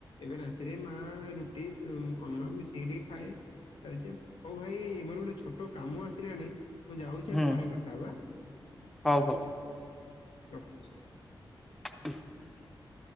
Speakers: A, on the left (about 80°); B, in the centre.
A: ଏବେ ରାତିରେ ମା ରୁଟି ଅନ୍ନ ମିଶେଇ ଟିକେ ଖାଏ। ଚାଲିଛି ଆଉ ହଉ ଭାଇ ମୋର ଗୋଟେ ଛୋଟ କାମ ଆସିଲାଣି ମୁଁ ଯାଉଛି
B: ହୁଁ
A: ପରେ କଥା ହେବା।
B: ହଉ ହଉ।
A: ରଖୁଛି।
B: <inaudible>